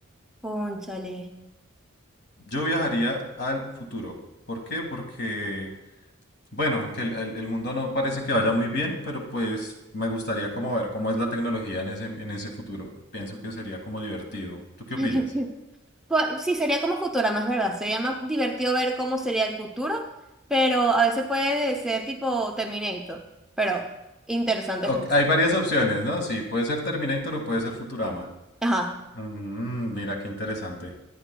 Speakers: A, in the centre; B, on the left.
A: Cónchale.
B: Yo viajaría al futuro. ¿Por qué? Porque, bueno, aunque el, el- el mundo no parece que vaya muy bien, pero pues me gustaría como ver cómo es la tecnología en ese, en ese futuro. Pienso que sería como divertido. ¿Tú qué
A: <laughs>
B: opinas?
A: Pues, sí, sería como Futurama, es verdad. Sería más divertido ver cómo sería el futuro, pero a veces puede ser tipo Terminator. Pero interesante
B: Ok,
A: pensar.
B: hay varias opciones, ¿no? Sí, puede ser Terminator o puede ser Futurama.
A: Ajá.
B: Mm, mira, qué interesante.